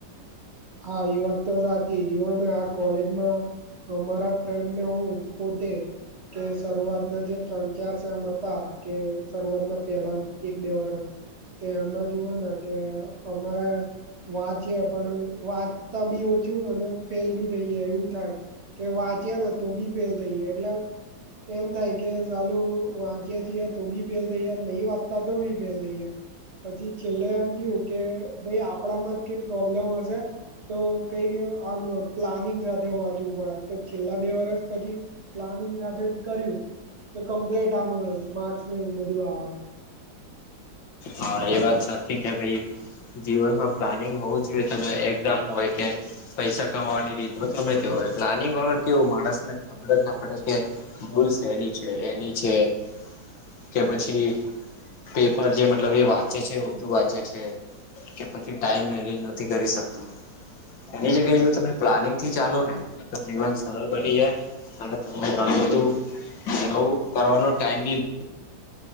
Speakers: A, on the right; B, on the left.
A: હા એ વાત તો સાચી જુઓને આ કોલેજમાં મારા ફ્રેન્ડ ને હું પોતે કે શરૂઆતના જે ત્રણ ચાર શેમ હતા કે શરૂઆતના પહેલા એક બે વર્ષ તે એમાં જુઓ કે અમારા વાચીએ પણ વાંચતા બી ઓછું અને ફેલ બી થઈ જાય એવું થાય કે વાંચ્યા ને તો બી ફેલ થઈ જાય એટલે એમ થાય કે સાલું વાંચ્યા તો બી ફેલ થઈ જ નહી વાંચતા તો બી ફેલ થઈ જાય પછી છેલ્લે એમ થયું કે ભાઈ આપણા માં જ કઈ પ્રોબ્લેમ હશે. તો કઈ આમ પ્લાનિંગ સાથે વાંચવું પડે તો છેલ્લા બે વર્ષ પછી પ્લાનિંગ સાથે જ કર્યું તો કમ્પ્લીટ આમ માર્ક્સ ને એવું બધું આવે
B: હા એ વાત સાચી કે ભાઈ જીવનમાં પ્લાનિંગ હોવું જોઈએ તમે એકદમ હોય કે પૈસા કમાવાની રીત ગમે તે હોય પ્લાનિંગ વગર કેવું માણસ ને ખબર જ ના પડે કે ભૂલ સેની છે એની છે એની છે કે પછી પેપર જે મ મતલબ એ વાંચે છે વધુ વાંચે છે કે પછી ટાઈમ મેનેજ નથી કરી શકતો એની જગ્યાએ જો તમે પ્લાનિંગ થી ચાલો ને તો જીવન સરળ બની જાય અને તમને ઘણું બધું નવું કરવાનો ટાઈમીંગ